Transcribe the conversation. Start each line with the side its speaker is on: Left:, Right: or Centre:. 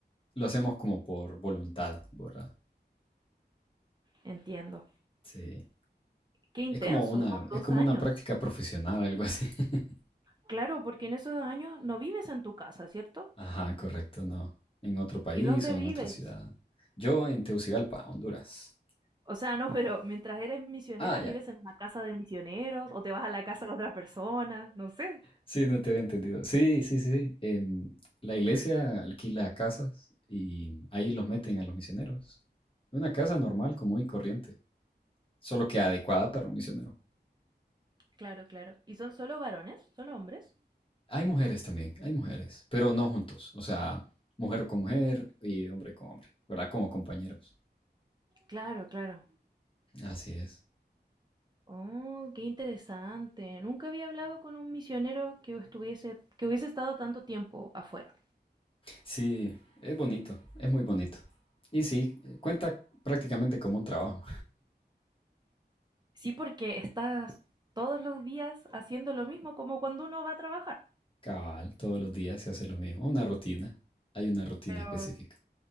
Left: lo hacemos como por voluntad, ¿verdad?
Right: Entiendo.
Left: Sí.
Right: Qué intenso,
Left: Es como una,
Right: son dos
Left: es como
Right: años.
Left: una práctica profesional, algo así. <laughs>
Right: Claro, porque en esos años no vives en tu casa, ¿cierto?
Left: Ajá, correcto, no. En otro país
Right: ¿Y dónde
Left: o
Right: vives?
Left: en otra ciudad. Yo en Tegucigalpa, Honduras.
Right: O sea, no, pero mientras eres misionero,
Left: Ah, ya.
Right: vives en una casa de misioneros o te vas a la casa de otra persona, no sé.
Left: Sí, no te había entendido. Sí, sí, sí. sí. Em, la iglesia alquila casas y ahí los meten a los misioneros. Una casa normal, común y corriente, solo que adecuada para un misionero.
Right: Claro, claro. ¿Y son solo varones? ¿Solo hombres?
Left: Hay mujeres también, hay mujeres, pero no juntos. O sea, mujer con mujer y hombre con hombre, ¿verdad? Como compañeros.
Right: Claro, claro.
Left: Así es.
Right: Oh, qué interesante. Nunca había hablado con un misionero que estuviese, que hubiese estado tanto tiempo afuera.
Left: Sí, es bonito, es muy bonito. Y sí, cuenta prácticamente como un trabajo.
Right: Sí, porque estás todos los días haciendo lo mismo como cuando uno va a trabajar.
Left: Cabal, todos los días se hace lo mismo, una rutina. Hay una rutina
Right: Pero,
Left: específica.